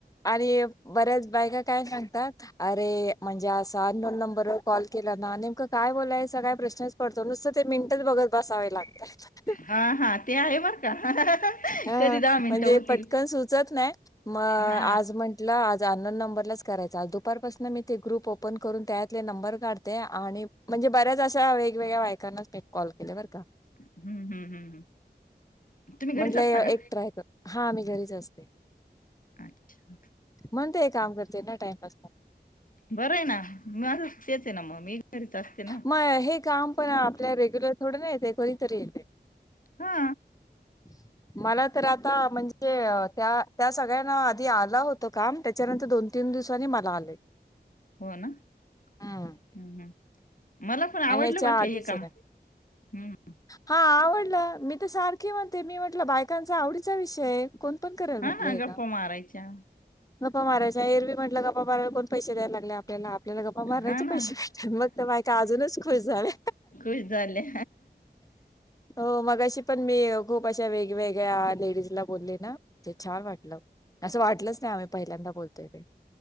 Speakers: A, on the left (about 20°); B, on the left (about 50°).
A: आणि बऱ्याच बायका काय सांगतात अरे म्हणजे असं.... नॉन नंबर कॉल केला ना नेमकं काय बोलायचं काय प्रशन नुसत ते मिनट बघत बसावे लागतात.
B: हा हा ते आहे बर का
A: हा
B: कधी दहा मिनिटं
A: म्हणजे
B: होतील
A: पटकन सुचत नाही म आज
B: हा
A: म्हंटलं आज नंबर ला करायचं, दुपारपासन मी तें ग्रुप ओप ओपन करून त्याच्यातले नंबर काढते, आनी म्हणजे बऱ्याच अशा वेग वेगवेगळ्या बायकांनाच फेक कॉल केलं बर का.
B: हम्म हम्म हम्म तुम्ही
A: म्हंटलंय
B: घरीच असता का
A: एकट्रय कर हा मी घरीच असते.
B: अच्छा.
A: म्हण ते काम करते ना टाइमपास
B: बरं आहे ना मी असं तेच आहे ना मग मी. घरीच असते ना
A: मग हे काम पण आपल्या रेग्युलर थोडं ना येते कधीतरी येते.
B: हा.
A: रिकामा ऑडिओ मला तर आता म्हणजे त्या त्या सगळ्यांना आधी आलं होतं काम त्याच्यानंतर दोन तीन दिवसांनी मला आले.
B: हो ना हम्
A: हम्म
B: हम्. मला पण आवडलं
A: आणि ह्याच्या
B: पण काही
A: आधीच
B: हे काम हम्म.
A: हा आवडला. मी तर सारखी म्हणते मी म्हटलं बायकांचा आवडीचा विषय आहे. कोण पण करेल म्हटलं
B: हा ना
A: हे
B: गप्पा
A: काम.
B: मारय. च्या,
A: गप्पा मरायच्या. एरवीम्हटलं गपपा माराला कोण पैसे दयला लागले आपल्याला आपल्याला गप्पा मारण्याचे
B: हा ना
A: पैसे भेटतात मग तर माय का अजूनच. झाले.
B: खुश झाल्या
A: हो मग अशी पण मी खूप अशा वेगवेगळ्या... लेज ला बोलले ना ते छान वाटलं असं वाटलंच नाही आम्ही पहिल्यांदा बोलतोय ते.